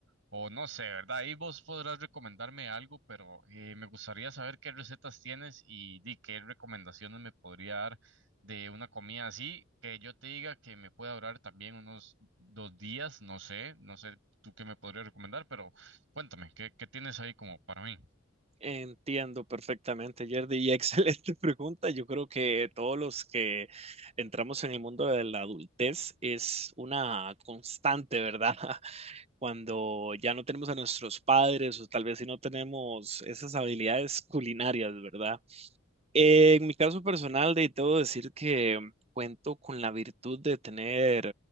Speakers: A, on the right; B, on the right.
A: o no sé, ¿verdad? Ahí vos podrás recomendarme algo, pero eh, me gustaría saber qué recetas tienes y, di qué recomendaciones me podría dar de una comida así, que yo te diga que me pueda durar también unos dos días, no sé, no sé tú qué me podrías recomendar, pero cuéntame, ¿qué, qué tienes ahí como para mí?
B: Entiendo perfectamente, Yerdy, y excelente <laughs> pregunta. Yo creo que todos los que entramos en el mundo de la adultez es una constante, ¿verdad? <laughs> Cuando ya no tenemos a nuestros padres o tal vez si no tenemos esas habilidades culinarias, ¿verdad? Eh, En mi caso personal, de debo decir que cuento con la virtud de tener